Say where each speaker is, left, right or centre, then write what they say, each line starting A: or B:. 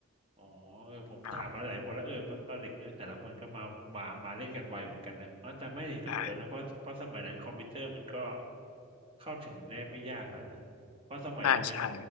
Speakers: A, on the right; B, on the left.
A: อ๋อเออผมถามมาหลายคนแล้วเออตอนเด็กเออแต่ละคนก็มามามาเล่นกันไวเหมือนกันนะอ๋อแต่ไม่ก็ถูกแล้วนะเพราะเพราะสมัยนั้นคอมพิวเตอร์มันก็
B: อ่าใช่
A: เข้าถึงได้ไม่ยากแล้วนะเพราะสมัยยังไม่
B: ใช่ใช่